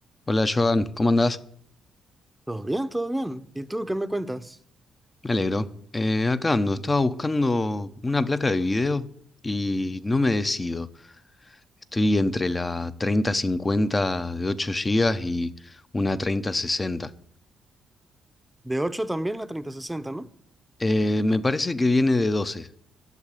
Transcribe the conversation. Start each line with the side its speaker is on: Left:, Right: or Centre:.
Left: Hola Joan, ¿cómo andás?
Centre: Todo bien, todo bien. ¿Y tú qué me cuentas?
Left: Me alegro. Eh, acá ando, estaba buscando una placa de video y no me decido. Estoy entre la treinta-cincuenta de 8 gigas y una 3060.
Centre: De 8 también la treinta sesenta, ¿no?
Left: Eh, me parece que viene de 12.